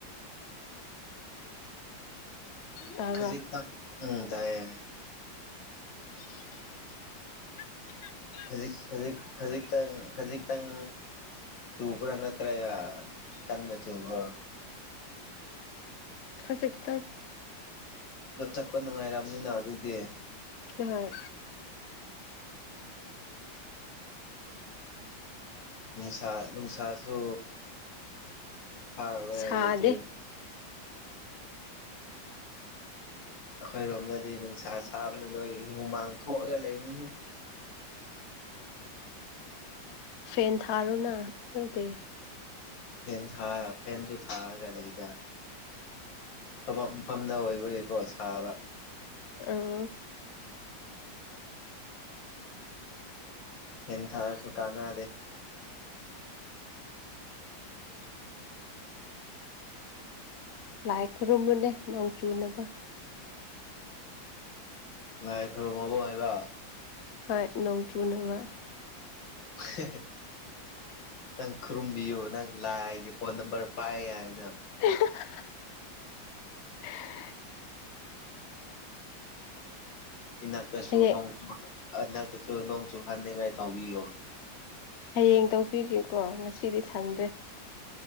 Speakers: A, on the left; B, on the left.
A: ꯇꯥꯕ꯭ꯔꯥ
B: ꯖꯤꯛ ꯎꯝ ꯇꯥꯏꯌꯦ
A: <inaudible>
B: ꯈꯖꯤꯛ ꯈꯖꯤꯛ ꯈꯖꯤꯛꯛꯇꯪ ꯈꯖꯤꯛꯛꯇꯪ ꯆꯨꯄꯔꯅ꯭ꯔ ꯀꯟꯅ ꯆꯨꯄꯔꯣ
A: ꯈꯖꯤꯛꯇꯪ
B: ꯂꯨꯠꯊꯛꯄ ꯅꯨꯡꯉꯥꯏꯔꯝꯅꯤꯅ ꯑꯗꯨꯗꯤ
A: ꯍꯣꯏ
B: ꯅꯨꯡꯁꯥ ꯅꯨꯡꯁꯥꯁꯨ ꯁꯥꯔꯔꯣꯏ
A: ꯁꯥꯗꯦ
B: ꯍꯧꯖꯤꯛꯇꯤ ꯑꯩꯈꯣꯏꯔꯣꯝꯗꯗꯤ ꯅꯨꯡꯁꯥ ꯁꯥꯕꯅ ꯂꯣꯏ ꯍꯨꯃꯥꯡ ꯊꯣꯛꯑꯒ ꯂꯩꯃꯤꯍꯦ
A: ꯐꯦꯟ ꯊꯥꯔꯨꯅ ꯑꯗꯨꯗꯤ
B: ꯐꯦꯟ ꯊꯥ ꯐꯦꯟꯁꯨ ꯊꯥꯔꯒ ꯂꯩꯗ ꯊꯕꯛꯛ ꯃꯐꯝꯗ ꯑꯣꯏꯕꯒꯤ ꯄꯣꯠ ꯁꯥꯕ
A: ꯑ
B: ꯍꯟ ꯊꯥꯁꯨ ꯀꯥꯟꯅ ꯑꯗꯦ
A: ꯂꯥꯏ ꯈꯨꯔꯨꯝꯃꯨꯅꯦ ꯅꯣꯡ ꯆꯨꯅꯕ
B: ꯉꯥꯏ ꯈꯔꯣ ꯃꯕꯣ ꯍꯥꯏꯕ
A: ꯍꯣꯏ ꯅꯣꯡ ꯆꯨꯅꯕ
B: <inaudible> ꯅꯪ ꯈꯨꯔꯨꯝꯕꯤꯌꯨ ꯅꯪ ꯂꯥꯏꯒꯤ ꯐꯣꯟ ꯅꯝꯕꯔ ꯄꯥꯏ ꯍꯥꯏꯅ
A: <inaudible>
B: ꯏꯅꯥꯛꯇꯁꯨ
A: ꯍꯌꯦꯡ
B: ꯅꯣꯡꯆ ꯏꯟꯛꯇꯁꯨ ꯅꯣꯡ ꯆꯨꯍꯅꯤꯡꯉꯥꯏ ꯇꯧꯕꯤꯌꯣ
A: ꯍꯌꯦꯡ ꯇꯧꯕꯤꯒꯦꯀꯣ ꯉꯁꯤꯗꯤ ꯁꯪꯗ꯭ꯔꯦ